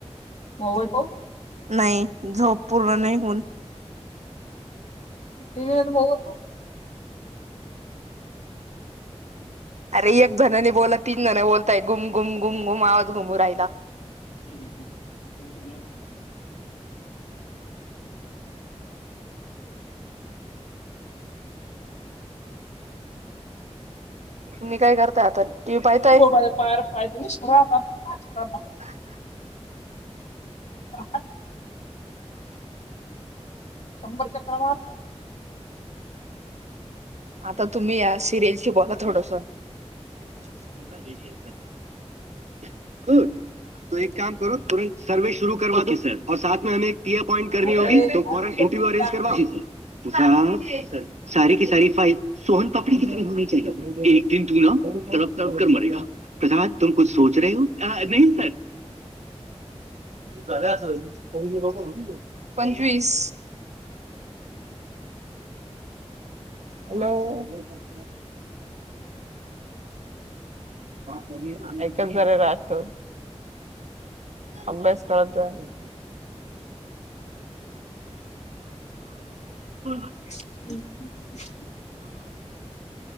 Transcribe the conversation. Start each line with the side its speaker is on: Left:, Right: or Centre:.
Left: मोबाईल पाहू
Right: नाही झोप पूर्ण नाही होऊन
Left: टीव्ही नाही तर मोबाईल
Right: अरे एक जणानी बोला तीन जण बोलताय गुम गुम गुम गुम आवाज घुमू राहायला
Left: हम् हम हम्
Right: तुम्ही काय करताय आता टीव्ही पाहताय
Left: बर <unintelligible> पायावर पाय देऊन. कर.
Right: <unintelligible>
Left: का? शंभर चक्करा मारताय.
Right: आता तुम्ही या सिरीयसली बोला थोडस. <unintelligible> गुड तो एक काम करो तुरंत सर्वे शरू करवा सर साथ म हम एक अपॉइंट कर
Left: आंधळे
Right: होती त
Left: आंधळे
Right: फॉरन इंटरव्यू
Left: तो मोबाईल
Right: अरेज
Left: आंधळे
Right: कर. त सारी की सारी फाईल सोहन कपडी. तडप तडप कर मरेगा प्रसााद तुम कुच सोच रहे हो नाही सर झाल्या असेल पंचवीस
Left: हम्म
Right: हॅलो बात करणी है एकच जरा असतो अभ्यास कळतो आहे <unintelligible>
Left: हम्